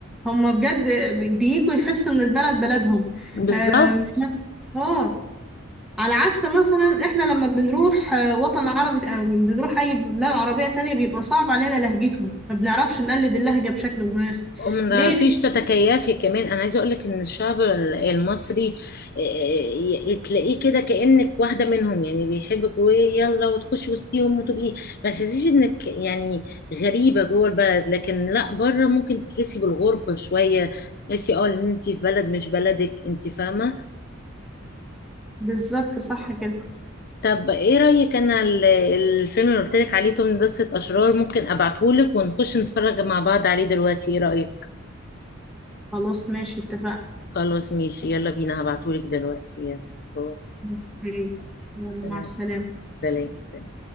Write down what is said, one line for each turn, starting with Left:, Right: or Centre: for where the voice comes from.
Centre: هم بجد بييجوا يحسوا ان البلد بلدهم
Left: بالظبط
Centre: آه مش مف- اه على عكس مثلا احنا لما بنروح آه، وطن عربي أو بنروح اي بلاد عربية تانية بيبقى صعب علينا لهجتهم ما بنعرفش نقلد اللهجة بشكل مناسب
Left: وما
Centre: ليه
Left: تعرفيش
Centre: لأن-
Left: تتكيفي كمان انا عايزه اقول لك ان الشعب ال- المصري آه، ي- تلاقيه كده كانك واحده منهم يعني بيحبك ويلا وتخشي وسطيهم وتبقي ما تحسيش انك يعني غريبه جوه البلد لكن لا بره ممكن تحسي بالغربه شويه تحسي اه ان انت في بلد مش بلدك انت فاهمه
Centre: بالظبط صح كده
Left: طب ايه رايك انا ال- الفيلم اللي قلت لك عليه توم دسة اشرار ممكن ابعته لك ونخش نتفرج مع بعض عليه دلوقتي ايه رايك
Centre: خلاص ماشي اتفقنا
Left: خلاص ماشي يلا بينا هبعتهولك دلوقتي يلا باي.
Centre: أوكي. يلا
Left: سلام
Centre: مع السلامة
Left: سلام سلام